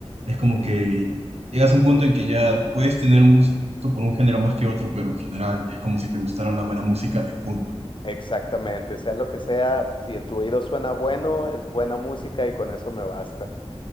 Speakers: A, on the right; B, on the left.
A: Es como que llegas a un punto en que ya puedes tener un gusto por un género más que otro, pero en general es como si te gustara la buena música y punto.
B: Exactamente, sea lo que sea, si en tu oído suena bueno, es buena música y con eso me basta.